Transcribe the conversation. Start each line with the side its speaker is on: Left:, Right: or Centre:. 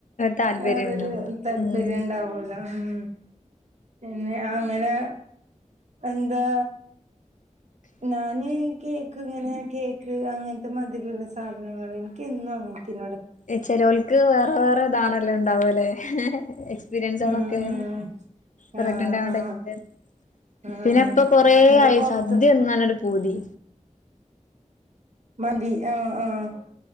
Left: താല്പര്യണ്ടോ
Right: വേറരു താല്പര്യം
Left: ഉം
Right: ഉണ്ടാവല്ലോ ഉം പിന്നെ അങ്ങനെ എന്താ ഞാന് കേക്ക് ഇങ്ങനെ കേക്ക് അങ്ങന് ത്തെ മതിരിള്ള സാ സാധനങ്ങള് ഇന്ക്ക് എന്നും അങ്ങന് ത്തിനോട്
Left: ഏഹ് ചെലോക്ക് വേറെ വേറെ ഇതാണല്ലോ ഇണ്ടാവലെ എസ്പിരിയൻസലോകെ
Right: ഉം ഉം
Left: പ്രഗ്നന്റ്
Right: ആഹ്
Left: ആയോണ്ട്
Right: ആഹ്
Left: സ്പൻ സ്
Right: ആഹ്
Left: പിന്നെ ഇപ്പൊ കൊറെയായി
Right: ഇങ്ങട് പൊറത്ത്
Left: സദ്യ തിന്നാന് ഒരു പൂതി
Right: മന്തി ആഹ്ആഹ്